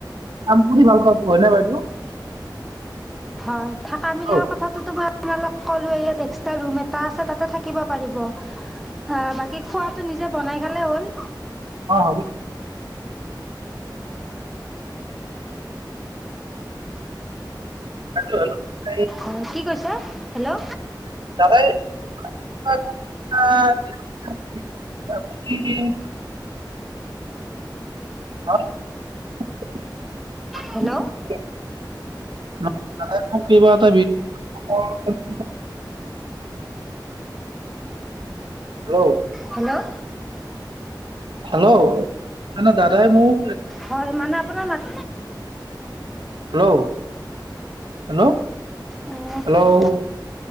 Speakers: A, on the right (about 85°); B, in the centre.
A: <unintelligible>
B: হয়। থাকা মিলাৰ
A: অ
B: কথাটো তোমাৰ আপোনালোক ক'লো ইয়াত এক্সট্ৰা ৰুম এটা আছে তাতে থাকিব পাৰিব। অ' বাকী খোৱা তো নিজে বনাই খালেই হ'ল।
A: অ' হ'ব। <unintelligible>
B: অ' কি কৈছে? Hello.
A: <unintelligible> <unintelligible>
B: Hello.
A: <unintelligible> <unintelligible> Hello.
B: Hello.
A: Hello, দাদাই মোক
B: হয়, মানে আপোনাৰ মাত
A: হেল্ল'। হেল্ল'
B: অ'
A: হেল্ল'।